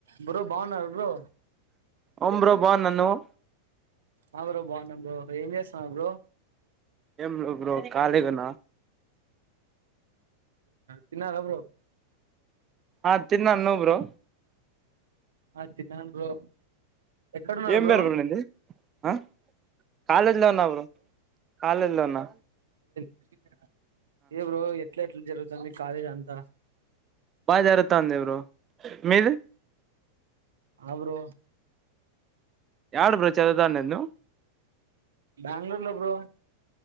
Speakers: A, on the right; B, on the right.
A: బ్రో బాగున్నార బ్రో
B: ఓంబ్రో బన్నాన్ నువు
A: బ బ్రో బాగున్నా బ్రో ఏం చేస్తున్నార్ బ్రో
B: ఎమ్ లే బ్రో కాళిగున్న
A: తిన్నవ బ్రో
B: ఆ తిన్నాన్ నువ్ బ్రో
A: ఆ తిన్నాన్ బ్రో ఎక్కడున్నారు
B: ఏం
A: బ్రో
B: బేర్ బ్ర నింది ఆ కాలేజ్ లో ఉన్న బ్రో కాలేజ్ లో ఉన్న
A: <inaudible> ఏ బ్రో ఎట్లాట్ జరు తన్ని కాల జంత
B: బాగా జరుగుతాంది బ్రో మీది
A: అ బ్రో
B: యాడ్ బ్రో చదవతాండేది నువ్
A: బ్యాంగ్లోర్ లో బ్రో